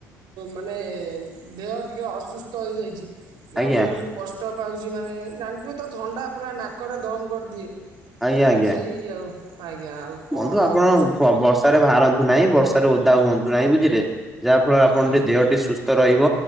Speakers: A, on the right (about 55°); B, in the centre.
A: ମାନେ ଦେହ ଟିକେ ଅସୁସ୍ଥ । ହୋଇଯାଇଛି । ଯାହା
B: ଆଜ୍ଞା
A: ଫଳରେ ମୁଁ କଷ୍ଟ ପାଉଛି, ମାନେ ଜାଣିଥିବେ ତ ଥଣ୍ଡା ପୁରା ନାକରେ ଦମ କରିଦିଏ ।
B: ଆଜ୍ଞା ଆଜ୍ଞା
A: ସେଇ ଆଉ ଆଜ୍ଞା ଆଉ କଣ
B: ବନ୍ଧୁ ଆପଣ
A: ଆଉ କଷ୍ଟ
B: ବର୍ଷରେ ବାହାରନ୍ତୁ ନାହିଁ, ବର୍ଷାରେ ଓଦା ହୁଅନ୍ତୁ ନାହିଁ ବୁଝିଲେ? ଯାହାଫଳରେ ଆପଣ
A: ଆଜ୍ଞା
B: ଦେହଟି ସୁସ୍ଥ ରହିବ